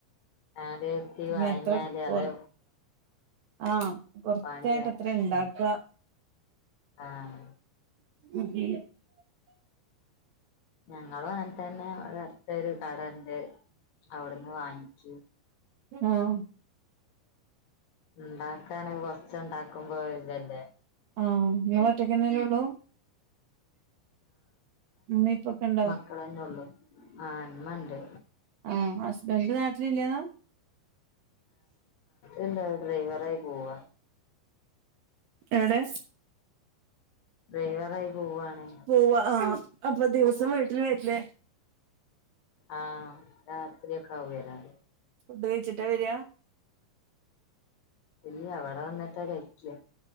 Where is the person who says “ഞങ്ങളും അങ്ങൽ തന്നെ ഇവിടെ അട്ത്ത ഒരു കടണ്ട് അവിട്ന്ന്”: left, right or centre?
Left